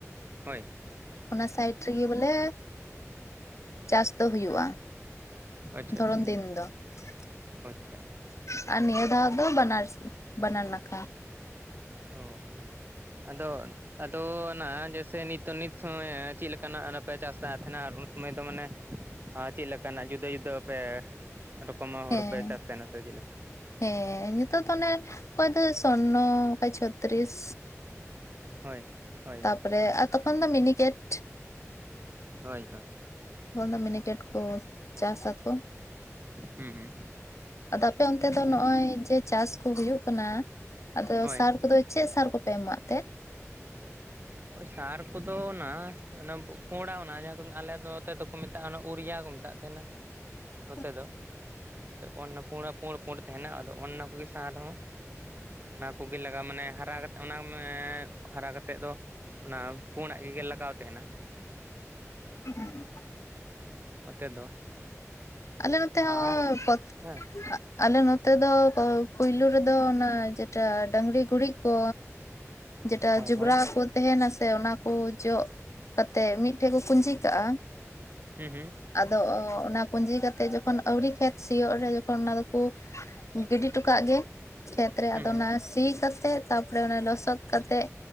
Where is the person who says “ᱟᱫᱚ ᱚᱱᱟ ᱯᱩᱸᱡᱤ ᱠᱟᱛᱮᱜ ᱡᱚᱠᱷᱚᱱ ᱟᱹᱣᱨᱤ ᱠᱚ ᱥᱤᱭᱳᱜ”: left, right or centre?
Left